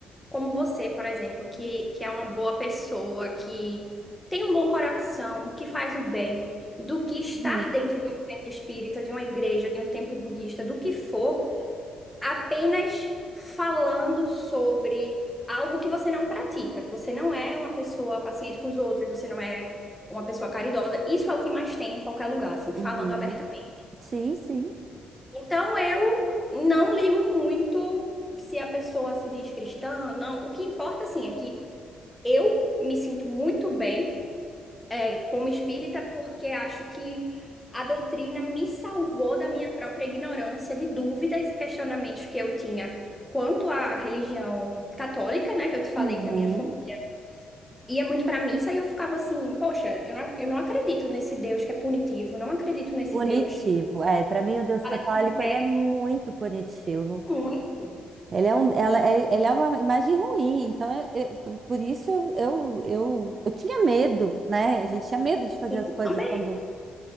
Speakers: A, in the centre; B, on the right.
A: como você, por exemplo, que, que é uma boa pessoa, que tem um bom coração, que faz o bem, do que estar
B: Uhum.
A: dentro de um centro espírita, de uma igreja, de um templo budista, do que for, apenas falando sobre algo que você não pratica, que você não é uma pessoa paciente com os outros, você não é uma pessoa caridosa. Isso é o que mais tem em qualquer lugar, assim, falando
B: Uhum.
A: abertamente.
B: Sim, sim.
A: Então eu não ligo muito se a pessoa se diz cristã, não. O que importa, assim, é que eu me sinto muito bem, é, como espírita, porque acho que a doutrina me salvou da minha própria ignorância de dúvidas e questionamentos que eu tinha quanto à religião católica, né? Que eu te falei
B: Uhum.
A: que a minha família ia muito para missa e eu ficava assim, poxa, eu não, eu não acredito nesse Deus que é punitivo, não acredito nesse
B: Punitivo.
A: Deus. que
B: É, para mim o Deus
A: fala
B: católico
A: que
B: ele
A: é
B: é muito punitivo.
A: único.
B: Ele é, um, ela, é- ele é uma imagem ruim, então eu- eu- por isso eu, eu, eu, eu tinha medo, né? A gente tinha medo de fazer
A: Sim,
B: as coisas
A: também.
B: quando